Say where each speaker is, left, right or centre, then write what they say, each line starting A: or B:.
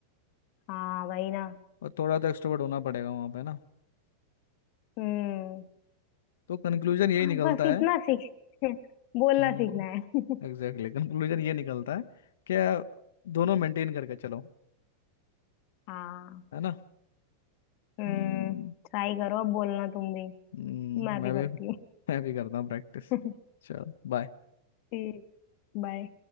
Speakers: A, on the left (about 35°); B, on the left (about 80°).
A: हाँ भाई ना
B: और थोड़ा तो एक्सट्रोवर्ट होना पड़ेगा वहाँ पे ना
A: हम्म
B: तो कंक्लूजन यही
A: हाँ
B: निकलता
A: बस इतना
B: है
A: सीख <laughs> बोलना
B: हम्म
A: सीखना है <laughs>
B: एग्जैक्टली कंक्लूजन ये निकलता है कि दोनों मेंटेन करके चलो
A: हाँ
B: है ना
A: हम्म
B: हम्म
A: ट्राई करो अब बोलना तुम भी
B: हम्म,
A: मैं
B: मैं
A: भी
B: भी
A: करती हूँ
B: मैं भी करता हूँ प्रैक्टिस
A: <laughs>
B: चल बाय
A: ठीक बाय